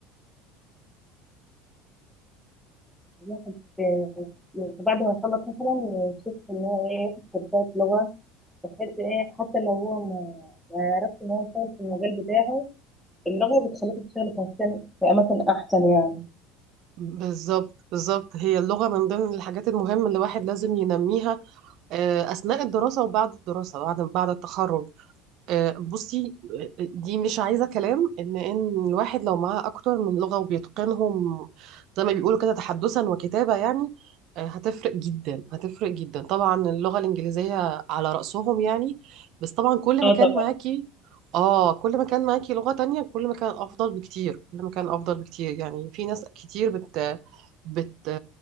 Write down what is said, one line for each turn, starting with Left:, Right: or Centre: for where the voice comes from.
Centre: الواحد آه، يعني بعد ما يخلص مثلا يشوف ان هو ايه ياخد كورسات لغة بحيث ايه حتى لو هو ما ما يعرفش ان هو يشتغل في المجال بتاعه اللغة بتخليك تشتغل في مكان في اماكن احسن يعني
Right: بالظبط بالظبط هي اللغة من ضمن الحاجات المهمة اللي الواحد لازم ينميها آه، أثناء الدراسة وبعد الدراسة بعد بعد التخرج آه، بصي آه، آه، دي مش عايزة كلام إن إن الواحد لو معاه أكتر من لغة وبيتقنهم زي ما بيقولوا كده تحدثا وكتابة يعني آه، هتفرق جدا هتفرق جدا طبعا اللغة الإنجليزية على رأسهم يعني بس طبعا كل
Centre: اه
Right: ما كان
Centre: طبعا
Right: معاكي آه كل ما كان معاكي لغة تانية كل ما كان أفضل بكتير كل ما كان أفضل بكتير يعني في ناس كتير بت بت